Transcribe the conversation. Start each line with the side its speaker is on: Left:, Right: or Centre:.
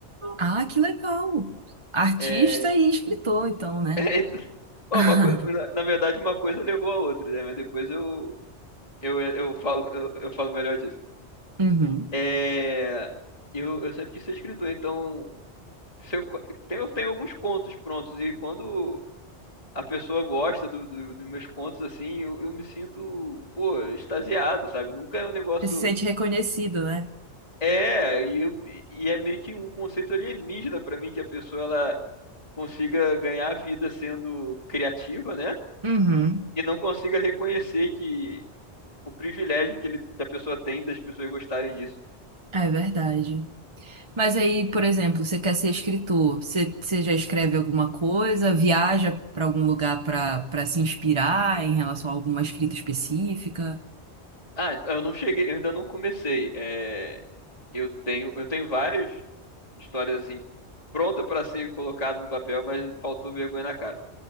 Right: Ah, que legal! Artista
Left: É,
Right: e escritor, então,
Left: <laughs>
Right: né?
Left: é, bom,
Right: <laughs>
Left: uma coisa, foi na, na verdade, uma coisa levou a outra, né? Mas depois eu, eu, eu falo, eu, eu falo melhor disso.
Right: Uhum.
Left: É, eu, eu sempre quis ser escritor, então, se eu, co- tem- eu tenho alguns contos prontos, e quando a pessoa gosta do, do- dos meus contos, assim, eu, eu me sinto, pô, extasiado, sabe? Nunca é um negócio...
Right: Você se sente reconhecido, né?
Left: É, e, eu- e é meio que um conceito alienígena pra mim, que a pessoa, ela consiga ganhar vida sendo criativa, né?
Right: Uhum.
Left: E não consiga reconhecer que o privilégio que, ele, que a pessoa tem das pessoas gostarem disso.
Right: É verdade. Mas aí, por exemplo, você quer ser escritor, você, você já escreve alguma coisa, viaja para algum lugar para para se inspirar em relação a alguma escrita específica?
Left: Ah, então, eu não cheguei, eu ainda não comecei. É, eu tenho, eu tenho várias histórias assim pronta para ser colocada no papel, mas faltou vergonha na cara.